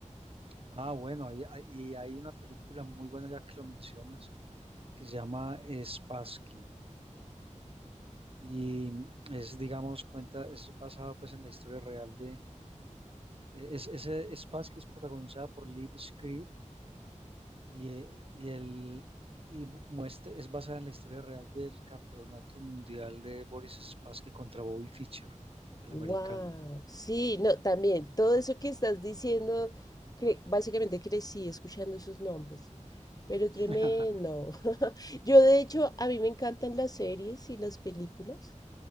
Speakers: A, on the right; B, on the left.
A: Ah, bueno, hay- hay- y hay una película muy buena ya que lo mencionas, que se llama Spassky y es, digamos, cuenta, es basada pues en la historia real de, eh, es, ese Spassky es protagonizada por Liv Schreiber, Y, eh, y, el, y muestra, es basada en la historia real del campeonato mundial de Boris Spassky contra Bobby Fischer, el
B: Wow,
A: americano.
B: sí, no, también todo eso que estás diciendo, cre- básicamente crecí escuchando esos nombres, pero tremendo.
A: <laughs>
B: Yo de hecho, a mí me encantan las series y las películas.